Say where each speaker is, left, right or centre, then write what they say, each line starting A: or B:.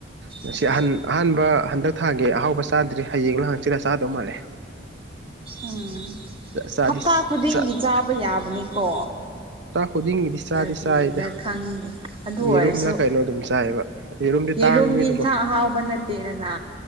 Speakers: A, on the right; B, on the right.
A: ꯉꯁꯤ
B: ꯎꯝ
A: ꯑꯍꯟ ꯑꯍꯥꯟꯕ ꯍꯟꯗꯛ ꯊꯥꯒꯤ ꯑꯍꯥꯎꯕ ꯆꯥꯗ꯭ꯔꯤ ꯍꯌꯦꯡꯔ ꯍꯪꯆꯤꯠꯂ ꯆꯥꯗꯧ ꯃꯥꯜꯂꯦ
B: ꯎꯝ
A: ꯆꯥꯗꯤ
B: ꯍꯞꯇꯥ ꯈꯨꯗꯤꯡꯒꯤ
A: ꯆꯥꯛ
B: ꯆꯥꯕ ꯌꯥꯕꯅꯤꯀꯣ
A: ꯈꯨꯗꯤꯡꯒꯤꯗꯤ ꯆꯥꯗꯤ
B: ꯀꯔꯤꯔꯥ
A: ꯆꯥꯏꯗ
B: ꯈꯪꯗꯦ ꯑꯗꯨ
A: ꯌꯦꯔꯨꯝꯂ
B: ꯑꯣꯏꯔꯁꯨ
A: ꯀꯩꯅꯣ ꯑꯗꯨꯝ ꯆꯥꯏꯌꯦꯕ ꯇꯥꯡꯕꯅꯤꯅꯀꯣ
B: ꯌꯦꯔꯨꯝꯗꯤ ꯏꯟꯁꯥꯡ ꯑꯍꯥꯎꯕ ꯅꯠꯇꯦꯗꯅ